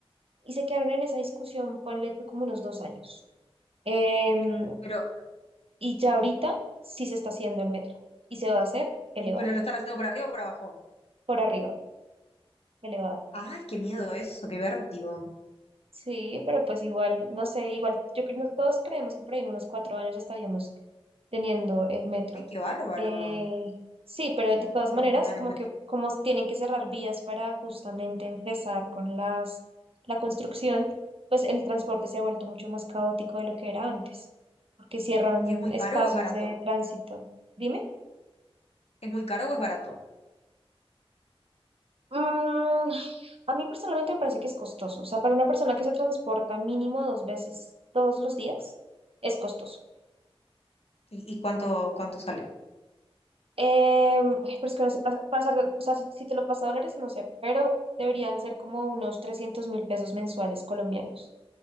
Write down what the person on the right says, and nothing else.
Y se quedaron en esa discusión, ponle tú como unos dos años. Em,
y ya ahorita sí se está haciendo el metro y se va a hacer elevado,
por arriba, elevado.
Sí, pero pues igual, no sé, igual, yo creo que todos creemos que por ahí en unos cuatro años estaríamos teniendo el metro.
Eh, sí, pero de todas
maneras,
como
que como tienen que cerrar vías para justamente empezar con las la construcción, pues el transporte se ha vuelto mucho más caótico de lo que era antes, porque cierran
espacios
de tránsito. Dime.
Mm, a mí personalmente me parece que es costoso. O sea, para una persona que se transporta mínimo dos veces todos los días, es costoso.
Em, ay, pero es que no sé pas- pasar, de- o sea, si, si te lo pasa a dólares, no sé, pero deberían ser como unos trescientos mil pesos mensuales colombianos.